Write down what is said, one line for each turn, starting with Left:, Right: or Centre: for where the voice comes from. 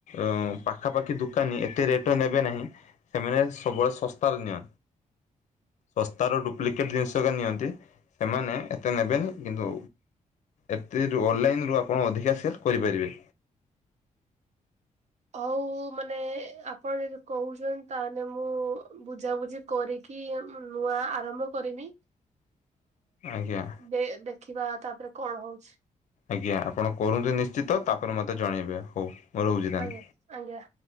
Left: ଅ ପାଖାପାଖି ଦୋକାନୀ ଏତେ ରେଟ ନେବେ ନାହିଁ ସେମାନେ ସବୁବେଳେ ଶସ୍ତାରେ ନିଅ। ଶସ୍ତାର ଡୁପ୍ଲିକେଟ୍ ଜିନିଷ ଏକା ନିଅନ୍ତି ସେମାନେ ଏତେ ନେବେନି କିନ୍ତୁ। ଏତିରୁ ଅନଲାଇନ ରୁ ଆପଣ ଅଧିକା ସେଲ କରିପାରିବେ।
Right: ହଉ ମାନେ ଆପଣ ଯଦି କହୁଛନ୍ତି ତାହେନେ ମୁଁ ବୁଝାବୁଝି କରିକି। ନୂଆ ଆରମ୍ଭ କରିମି।
Left: ଆଜ୍ଞା।
Right: ଦେ ଦେଖିବା ତାପରେ କଣ ହଉଛି।
Left: ଆଜ୍ଞା ଆପଣ କରନ୍ତୁ ନିଶ୍ଚିତ ତାପରେ ମତେ ଜଣେଇବେ ହଉ। ରହୁଛି ତାହେଲେ।
Right: ଆଜ୍ଞା ଆଜ୍ଞା।